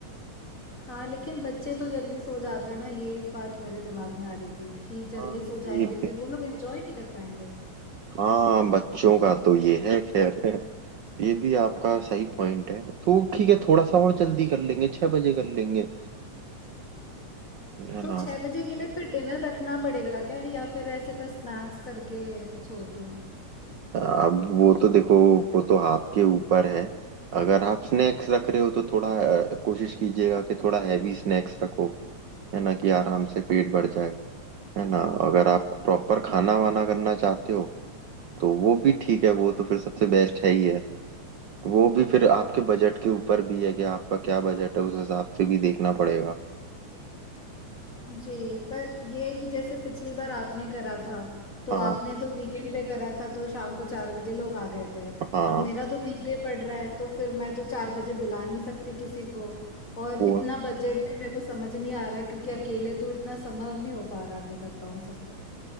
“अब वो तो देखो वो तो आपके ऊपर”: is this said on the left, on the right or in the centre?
Right